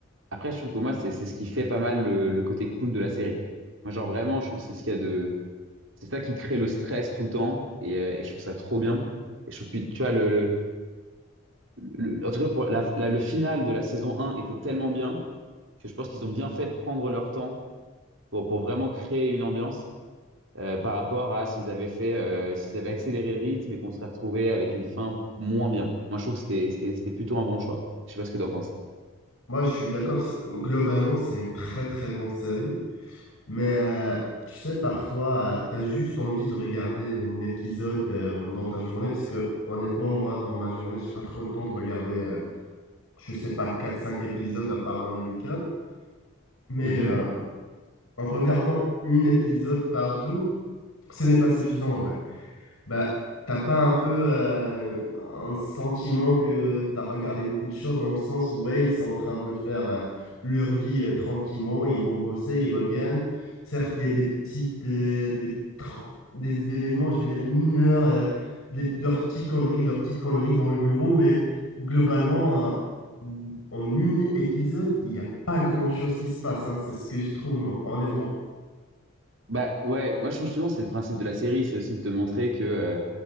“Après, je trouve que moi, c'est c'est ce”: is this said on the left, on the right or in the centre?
Right